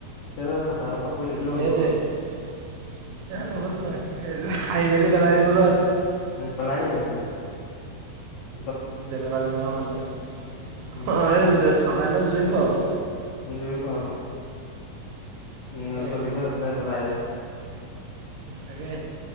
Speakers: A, on the left; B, on the right.
A: এতিয়া হাজাৰ <unintelligible>
B: সেইটোৱে <unintelligible>
A: পলাৰিব প <inaudible>
B: যেনেকুৱা তেনেকুৱা মানুহ
A: উম
B: এই ঠাণ্ডা দিনত জুই পোৱাব
A: জুই পুৱাব
B: তাকে
A: নজ্বলিব সেইফালে জ্বলাই দিব
B: তাকে